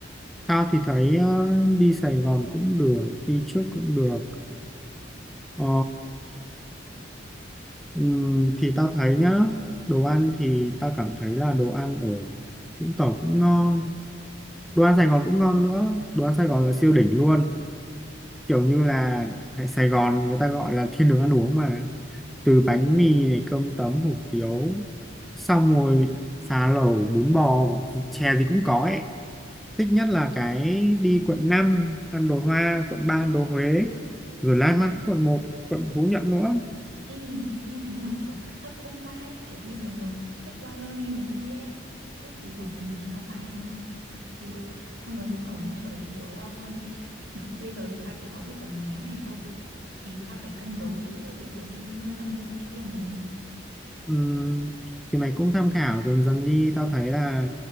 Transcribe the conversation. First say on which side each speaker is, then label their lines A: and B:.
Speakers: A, in the centre; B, on the right.
A: tao thì thấy ờ, đi Sài Gòn cũng được đi trước cũng được Ờ, ừm, thì tao thấy nhá đồ ăn thì tao cảm thấy là đồ ăn ở Vũng Tàu cũng ngon đồ ăn Sài Gòn cũng ngon nữa đồ ăn Sài Gòn là siêu đỉnh luôn kiểu như là Sài Gòn người ta gọi là thiên đường ăn uống mà từ bánh mì này cơm tấm hủ tiếu xong rồi phá lẩu bún bò chè gì cũng có ấy thích nhất là cái đi quận 5 ăn đồ Hoa quận 3 ăn đồ Huế rồi lan man quận một quận Phú Nhuận nữa
B: Ý, nghe thế mà kiểu hấp dẫn vãi, kiểu bây giờ muốn xách ba lô lên mà đi ấy. ước gì mà kỳ nghỉ nó dài hơn một xíu tao muốn ở những chỗ đấy kiểu lâu hơn bây giờ tao chỉ có mỗi tầm mấy ngày thôi thì tao phải cân đối giữa việc là đi nơi nọ nơi kia này
A: Ừm, thì mày cũng tham khảo dần dần đi tao thấy là